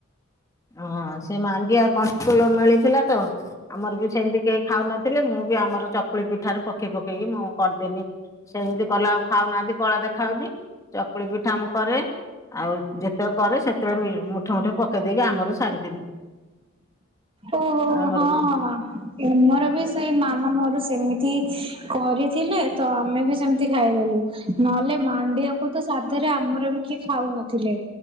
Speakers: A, on the left; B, on the right.
A: ହଁ ସେ ମାଣ୍ଡିଆ କନ୍ଟ୍ରୋଲ୍ ମିଳିଥିଲା ତ <unintelligible> ଆମର ବି ସେମିତି କେହି ଖାଉନଥିଲେ ମୁଁ ବି ଆମର ଚକୁଳି ପିଠାରେ ପକେଇ ପକେଇକି ମୁଁ କରିଦେନି ସେମିତି କଲେ ଆଉ ଖାଉନାହାନ୍ତି କଳା ଦେଖାହଉଛି ଚକୁଳି ପିଠା ମୁଁ କରେ ଆଉ ଯେତେବେଳେ କରେ ସେତେବେଳେ ମୁଠେ ମୁଠେ ପକେଇ ଦେଇକି ଆମର ସାରିଦେନି
B: ଓହୋ
A: ଆମର
B: ହଁ
A: ବି
B: ହଁ ଆମର ବି ସେଇ ମାମା ମୋର ସେମିତି କରିଥିଲେ ତ ଆମେ ବି ସେମିତି ଖାଇଦେଲୁ ନହେଲେ ମାଣ୍ଡିଆକୁ ତ ସାଧାରେ ଆମର ବି କିଏ ଖାଉନଥିଲେ